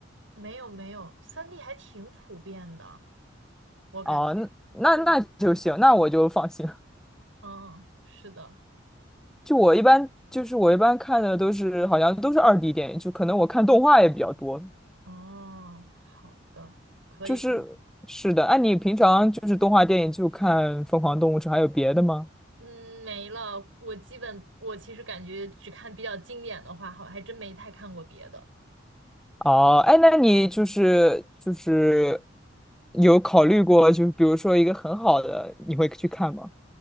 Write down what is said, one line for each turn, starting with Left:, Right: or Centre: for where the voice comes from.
Right: 没有没有三 d 还挺普遍的，我感觉。
Centre: 哦，那那就行，
Right: 对，
Centre: 那我就放心了
Right: 嗯，是的，
Centre: 就我一般就是我一般看的都是好像都是二 D 电影，就可能我看动画也比较多。
Right: 哦，好的，可以可以，
Centre: 就是是的，哎、你平常就是动画电影就看《疯狂动物城》，还有别的吗？
Right: 嗯，没了。我基本我其实感觉只看比较经典的话，好，还真没太看过别的。
Centre: 哦，哎，那你就是就是有考虑过，就是比如说一个很好的，你会去看吗？